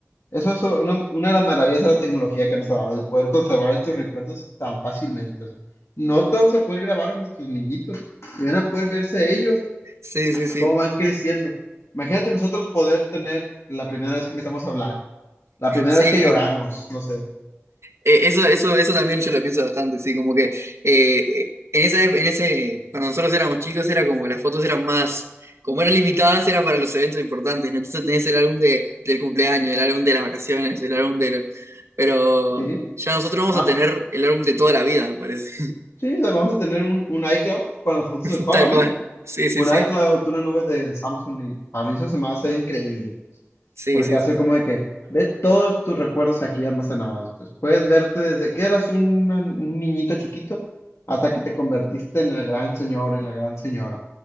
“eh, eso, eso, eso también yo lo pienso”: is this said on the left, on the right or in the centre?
Right